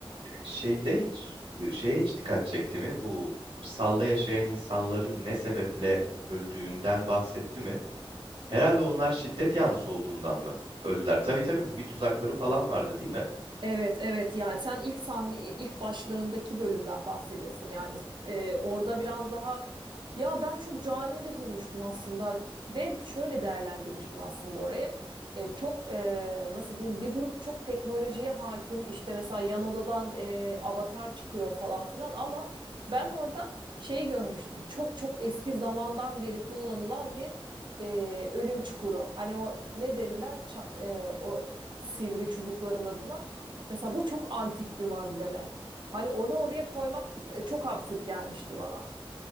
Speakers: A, on the right; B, on the right.
A: Şeyde hiç şeye hiç dikkat çekti mi? Bu salda yaşayan insanların ne sebeple öldüğünden bahsetti mi? Herhalde onlar şiddet yanlısı olduğundan mı öldüler? Tabii tabii bu bir tuzakları falan vardı değil mi?
B: Evet evet yani sen ilk sahne ilk başlarındaki bölümden bahsediyorsun yani Ee, orada biraz daha ya ben çok canice bulmuştum aslında ve şöyle değerlendirmiştim aslında orayı Ee, çok e, nasıl diyeyim bir grup çok teknolojiye hakim işte mesela yan odadan e, avatar çıkıyor falan filan ama ben orada şey görmüştüm çok çok eski zamandan beri kullanılan bir e, ölüm çukuru hani o ne derler Ça- e, o sivri çubukların adına. Mesela bu çok antik bir malzeme. Hani onu oraya koymak e, çok absürt gelmişti bana.